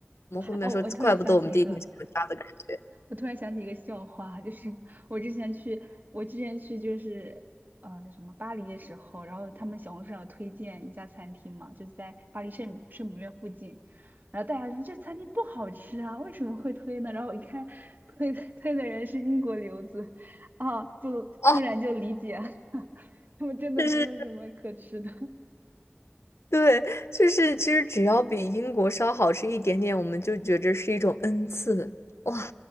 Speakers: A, on the left (about 85°); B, on the right (about 45°).
A: 我们后面说，
B: 哦，我突然想起一个，
A: 怪不得我们第一天是有家的感觉
B: 我突然想起一个笑话，就是 <laughs> 我之前去，我之前去就是呃叫什么巴黎的时候，然后他们小红书上有推荐一家餐厅嘛，就是在巴黎圣圣母院附近，然后大家说这餐厅不好吃啊，为什么会推呢？然后我一看推推的人是英国留子，啊，就突然就理解了，
A: 啊，
B: <laughs> 他们真的没有什么可吃的，
A: 就是
B: <laughs>
A: 对，就是其实只要比英国稍好吃一点点，我们就觉着是一种恩赐，哇，